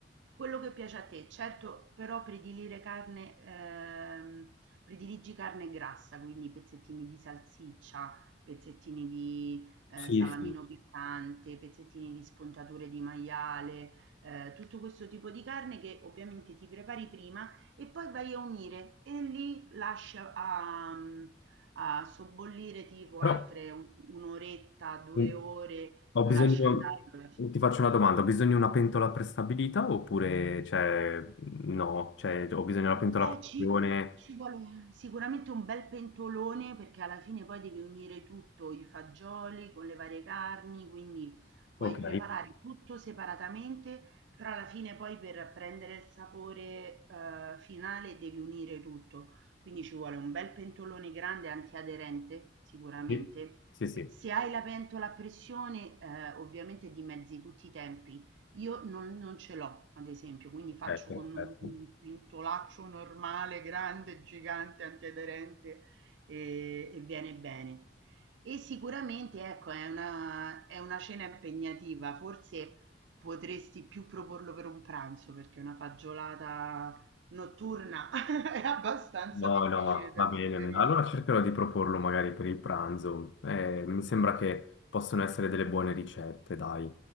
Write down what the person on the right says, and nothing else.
quello che piace a te. Certo, però predilire carne, ehm, prediligi carne grassa, quindi pezzettini di salsiccia, pezzettini di, ehm,
salamino
piccante, pezzettini di spuntature di maiale, ehm, tutto questo tipo di carne che ovviamente ti prepari prima e poi vai a unire e lì lasci a mhmm, a sobbollire tipo
altre u 1 oretta, 2
ore,
lo
lasci andare, lo lasci
Beh,
ci,
ci vuole sicuramente un bel pentolone perché alla fine poi devi unire tutto, i fagioli con le varie carni, quindi puoi
preparare tutto separatamente, però alla fine poi per prendere il sapore eh, finale devi unire tutto. Quindi ci vuole un bel pentolone grande antiaderente, sicuramente.
Se hai la pentola a pressione, eh, ovviamente dimezzi tutti i tempi io non non ce l'ho, ad esempio, quindi
faccio con
un un pentolaccio normale, grande, gigante, antiaderente, ehm, e viene bene. E sicuramente, ecco, è una è una cena impegnativa, forse potresti più proporlo per un pranzo, perché una fagiolata notturna <laughs> è abbastanza
difficile
da
digerire.